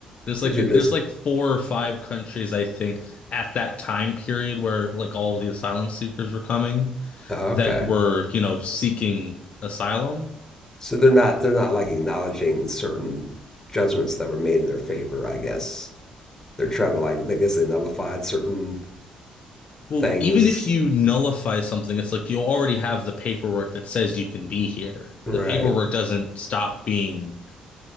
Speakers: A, on the left; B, on the left.
A: there's like
B: These
A: there's
B: are just,
A: like four or five countries I think at that time period where like all of the asylum seekers were coming
B: oh, okay.
A: that were, you know, seeking asylum.
B: So they're not they're not like acknowledging certain judgments that were made in their favor. I guess they're trying to like I guess they nullified certain
A: Well,
B: things.
A: even if you nullify something, it's like you already have the paperwork that says you can be here.
B: Right?
A: The paperwork doesn't stop being